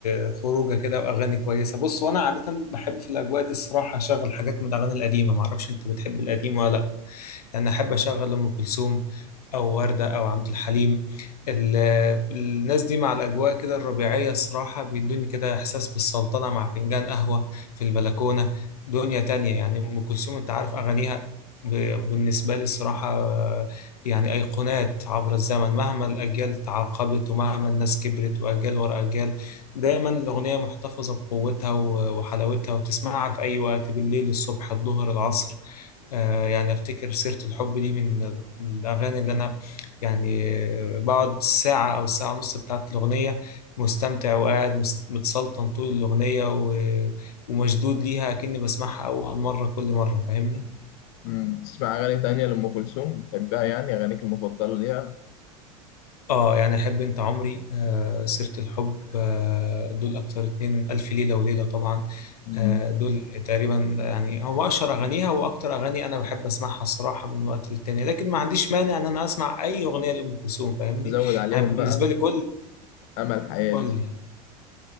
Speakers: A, on the left; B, on the left.
A: آه، خروجة كده وأغاني كويسة بص وأنا عادة بحب في الأجواء دي الصراحة أشغل حاجات من الأغاني القديمة معرفش أنت بتحب القديم ولا لأ يعني احب اشغل ام كلثوم او وردة او عبد الحليم ال- الناس دي مع الاجواء كده الربيعية الصراحة بيدوني كده احساس بالسلطنة مع فنجان قهوة في البلكونة دنيا تانية يعني ام كلثوم انت عارف اغانيها ب- بالنسبة لي الصراحة يعني أيقونات عبر الزمن مهما الأجيال تعاقبت ومهما الناس كبرت وأجيال ورا أجيال دايما الأغنية محتفظة بقوتها و- وحلاوتها وتسمعها في أي وقت بالليل الصبح الظهر العصر آه، يعني افتكر سيرة الحب دي من الاغاني اللي انا يعني بقعد ساعة او ساعة ونص بتاعت الاغنية مستمتع وقاعد مس- متسلطن طول الاغنية و- ومشدود ليها كأني بسمعها اول مرة كل مرة فاهمني
B: مم، تسمع اغاني تانية لأم كلثوم بتحبها يعني اغانيك المفضله ليها
A: اه يعني احب انت عمري آه سيرة الحب آه دول اكتر اتنين الف ليلة وليلة طبعا
B: مم،
A: آه دول تقريبا يعني هو اشهر اغانيها واكتر اغاني انا بحب اسمعها الصراحة من وقت للتاني لكن ما عنديش مانع ان انا اسمع اي اغنية لام كلثوم فاهمني
B: زود عليهم
A: يعني بالنسبة
B: بقى
A: لي كل
B: امل حياتي
A: قول لي